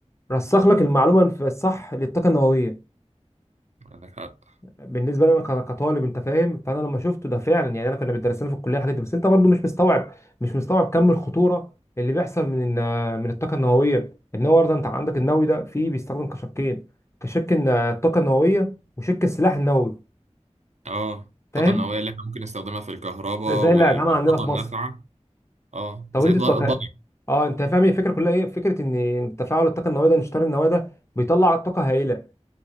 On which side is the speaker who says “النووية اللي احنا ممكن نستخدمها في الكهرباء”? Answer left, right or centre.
Right